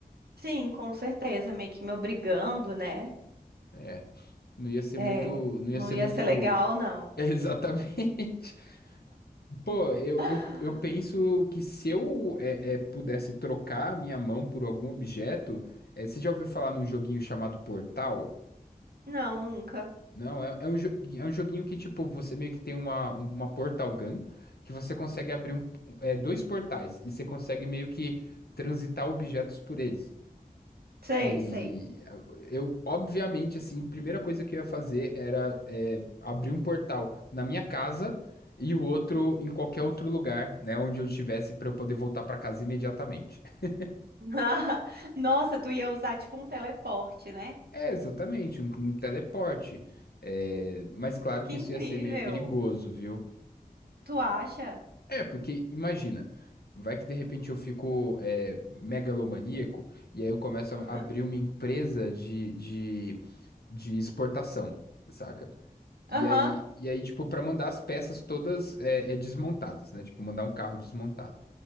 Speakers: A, on the right (about 85°); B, on the left (about 85°).
A: sim, com certeza. Meio que me obrigando, né?
B: É, não ia ser
A: É,
B: muito, não ia
A: não
B: ser
A: ia
B: muito,
A: ser legal, não.
B: <laughs> exatamente. Pô, eu,
A: <gasps> Ah,
B: eu, eu penso que se eu é, é, pudesse trocar a minha mão por algum objeto, é, você já ouviu falar num joguinho chamado Portal?
A: Não, nunca.
B: Não, é, é um, jo- é um joguinho que, tipo, você meio que tem uma, um- uma Portal Gun, que você consegue abrir um- é, dois portais, e você consegue meio que transitar objetos por eles.
A: Sei,
B: E
A: sei.
B: eu, obviamente, assim, a primeira coisa que eu ia fazer era é, abrir um portal na minha casa e o outro em qualquer outro lugar, né, onde eu estivesse para eu poder voltar para casa imediatamente. <laughs>
A: <laughs> Nossa, tu ia usar tipo um teleporte, né?
B: É, exatamente, um, um teleporte. É, mas claro
A: Que
B: que
A: incrível.
B: isso ia ser meio perigoso, viu?
A: Tu acha?
B: É, porque imagina, vai que de repente eu fico é, megalomaníaco e aí eu começo
A: <laughs> Aham.
B: a abrir uma empresa de, de, de exportação, saca? E
A: Aham.
B: aí, e aí, tipo, pra mandar as peças todas é, é desmontadas, né? Tipo, mandar um carro desmontado.